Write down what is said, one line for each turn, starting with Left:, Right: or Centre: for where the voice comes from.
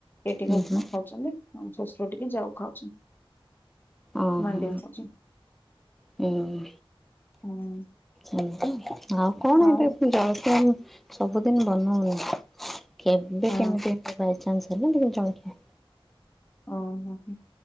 Left: ଏଠିକି
Centre: ହୁଁ
Left: ଉଷ୍ମା
Centre: ହୁଁ
Left: ଖାଉଛନ୍ତି। ଆମ ଶଶୁର ଟିକେ ଯାଉ ଖାଉଛନ୍ତି।
Centre: ଓହୋ
Left: ମାଣ୍ଡିଆ ଖାଉଛି
Centre: ହୁଁ
Left: ହୁଁ।
Centre: ଆଉ କଣ
Left: ଆଉ
Centre: ଏବେ ଜଳଖିଆ ସବୁଦିନ ବନଉନି <inaudible> କେବେ
Left: ହଁ
Centre: କେମିତି ବାଇଚାନ୍ସ ହେଲେ ଜଳ <inaudible>
Left: ଓ ହୋ ହୋ।